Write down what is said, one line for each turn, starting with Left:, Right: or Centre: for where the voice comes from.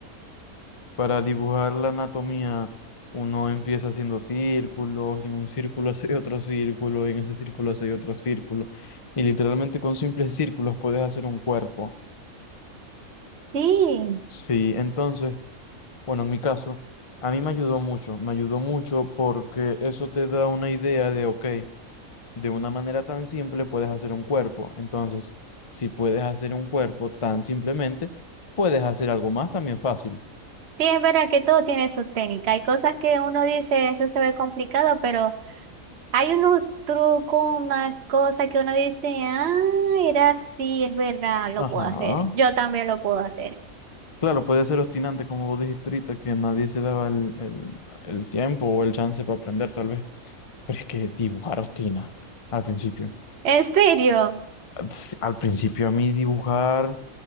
Left: Para dibujar la anatomía, uno empieza haciendo círculos y en un círculo <laughs> hace otro círculo y en ese círculo hace otro círculo. Y literalmente con simples círculos puedes hacer un cuerpo.
Right: Sí,
Left: Sí, entonces... Bueno, en mi caso, a mí me ayudó mucho, me ayudó mucho porque eso te da una idea de, ok, de una manera tan simple puedes hacer un cuerpo. Entonces, si puedes hacer un cuerpo tan simplemente, puedes hacer algo más también fácil.
Right: sí, es verdad que todo tiene su técnica. Hay cosas que uno dice, eso se ve complicado, pero... Hay unos trucos, una cosa que uno dice, ah, era así, es verdad, lo
Left: Ajá.
Right: puedo hacer. Yo también lo puedo hacer.
Left: Claro, puede ser obstinante, como vos dijiste ahorita, que nadie se daba el, el, el tiempo o el chance para aprender, tal vez. Pero es que dibujar obstina al principio.
Right: ¿En serio?
Left: Ats- Al principio a mí dibujar